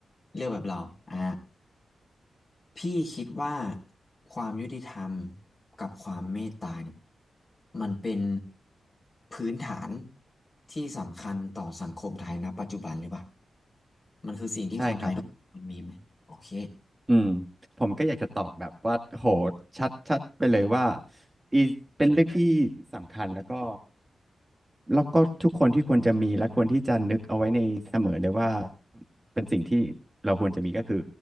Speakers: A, on the left; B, on the right.
A: เลือกแบบเราอ่าพี่คิดว่าความยุติธรรมกับความเมตตาเนี่ยมันเป็นพื้นฐานที่สำคัญต่อสังคมไทยณปัจจุบันหรือเปล่ามันคือสิ่งที่คนไทยทุกคนมีไหมโอเค
B: ใช่ครับ อืม ผมก็อยากจะตอบแบบว่า โหชัดชัดไปเลยว่าอีเป็นเรื่องที่สำคัญแล้วก็แล้วก็ทุกคนที่ควรจะมีและควรที่จะนึกเอาไว้ในเสมอเลยว่าเป็นสิ่งที่เราควรจะมีก็คือ